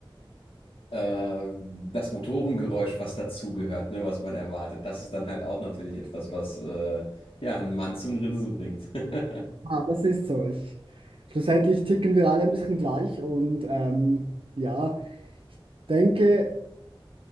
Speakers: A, on the left (about 75°); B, on the right (about 70°).
A: äh, das Motorengeräusch, was dazugehört, ne, was man erwartet. Das ist dann halt auch natürlich etwas, was äh, ja, einen Mann zum Grinsen bringt. <laughs>
B: Ah, das ist so. Ich, schlussendlich ticken wir alle ein bisschen gleich und ähm, ja, ich denke,